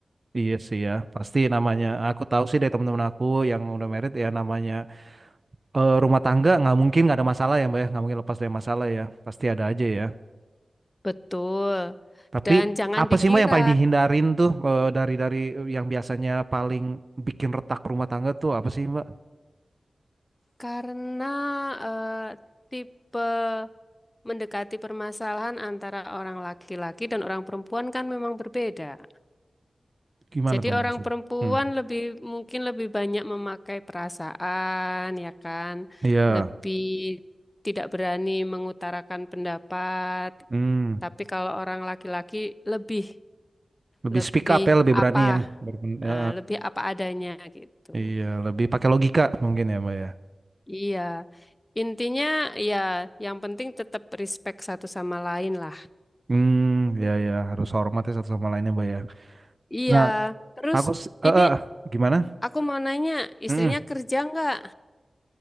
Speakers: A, on the right; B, on the left.
A: iya sih ya. Pasti namanya. Aku tahu sih dari teman-teman aku yang udah merit ya namanya eh, rumah tangga nggak mungkin nggak ada masalah ya mbak ya nggak mungkin lepas dari masalah ya pasti ada aja ya
B: Betul.
A: tapi
B: Dan jangan
A: apa
B: dikira
A: sih mbak yang paling dihindarin tuh eh, dari dari eh, yang biasanya paling bikin retak rumah tangga tuh apa sih mbak
B: karena eh, tipe Mendekati permasalahan antara orang laki-laki dan orang perempuan kan memang berbeda.
A: gimana
B: Jadi
A: tuh
B: orang
A: maksudnya
B: perempuan
A: hmm.
B: lebih mungkin lebih banyak memakai perasaan, ya kan?
A: iya
B: Lebih tidak berani mengutarakan pendapat.
A: hmm.
B: Tapi kalau orang laki-laki lebih
A: lebih
B: lebih
A: speak up ya lebih berani
B: apa?
A: ya Berpen-
B: eh,
A: ya,
B: lebih apa adanya gitu.
A: iya lebih pakai logika mungkin ya mbak ya
B: Iya. Intinya ya yang penting tetap respect satu sama lain lah.
A: hmm ya ya harus hormat ya satu sama lainnya mbak ya
B: Iya.
A: nah
B: Terus
A: aku s- eh,
B: ini
A: eh, gimana
B: Aku mau nanya, istrinya
A: mm
B: kerja nggak?